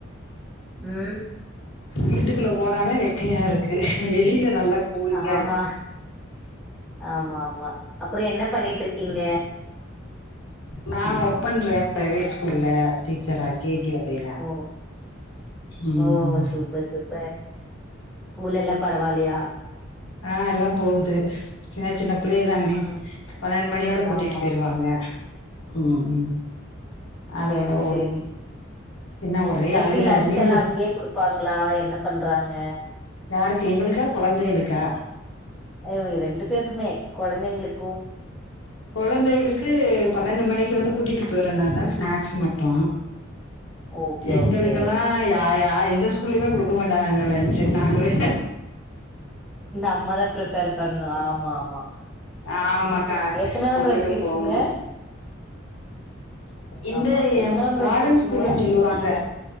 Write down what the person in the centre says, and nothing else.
ம்
ஆமா
ஆமாம்மா அப்பறோ என்ன பண்ணீட்ருக்கீங்க
ஓ
ஓ சூப்பர் சூப்பர் ஸ்கூல்ல எல்லா பரவால்லையா
ம்
ஆமா
ஆமா
சேரி
சேரி
எப்டி
லன்ச்
எல்லா அங்கயே குடுப்பாங்ளா என்ன பண்றாங்க
அ ரெண்டு பேருக்குமே கொழந்தைங்களுக்
ஓகே
ஓகே
நம்மதா ப்ரிப்பேர் பண்ணு ஆமா ஆமா
எத்தனாவது
வரைக்கு இருக்கீங்க
ஆமா எத்தனாவது
வரைக்கு இருக்கீங்க